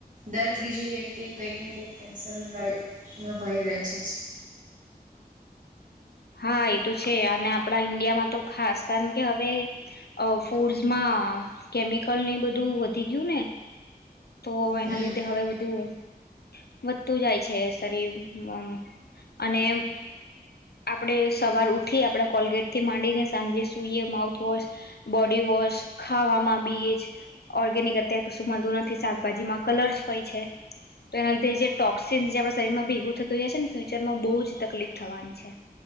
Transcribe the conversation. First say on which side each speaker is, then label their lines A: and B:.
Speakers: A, on the right (about 50°); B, on the left (about 75°).
A: દર ત્રીજી વ્યક્તિ કઈકને કંઈક કેન્સર જ <inaudible> હોય રહે છે જ.
B: હા એ તો છે અને આપણા ઈન્ડિયામાં તો ખાસ કારણ કે હવે અ ફૂડસમાં કેમિકલ ની બધું વધી ગયું ને તો એના
A: હમ
B: લીધે હવે બધું વધતું જાય છે શરીર અને અ આપડે સવાર ઉઠી આપડા કોલગેટ થી માંડીને સાંજે સુઈએ માઉથવોશ, બોડીવોશ, ખાવામાં બી એ જ ઓર્ગેનિક અત્યારે કશું મળતું ન કે શાકભાજીમાં કલર્સ હોય છે તો એના લીધે જે ટોક્સિન જે આપ શરીરમાં ભેગું થતું જાય છે ને ફ્યુચરમાં બહુ જ તકલીફ થવાની છે